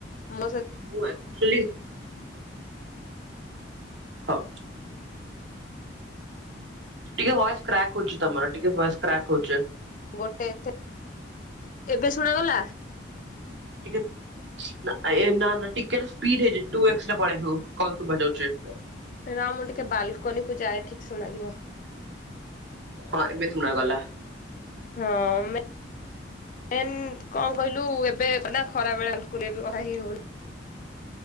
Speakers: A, on the left; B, on the right.
A: ମୋ ସେ
B: ମୁଁ ଆକ୍ଟୁଅଲି ହଁ। ଟିକେ ଭଏସ୍ କ୍ରାକ୍ ହଉଛି ତମର ଟିକେ ଭଏସ୍ କ୍ରାକ୍ ହଉଛି।
A: ଗୋଟେ ଥ ଏବେ ଶୁଣାଗଲା?
B: ଟିକେ ନାଇଁ ନା ନା ଟିକେ ତ ସ୍ପିଡ୍ ହେଇଛି ଟୁ ଏକ୍ସ ପଳେ ହଉ କଲ୍ ସୁଭାଯାଉଛି।
A: ର ମୁଁ ଟିକେ ବାଲ୍କୁନିକୁ ଯାଏ ଠିକ୍ ଶୁଣାଯିବ।
B: ହଁ ଏବେ ତୁଣା ଗଲା।
A: ହଁ ମେ ମେନ୍ କଣ କହିଲୁ ଏବେ ନାଁ ଖରାବେଳେ ଏକୁଟିଆ ବି କଥା ହେଇହଉ ନି।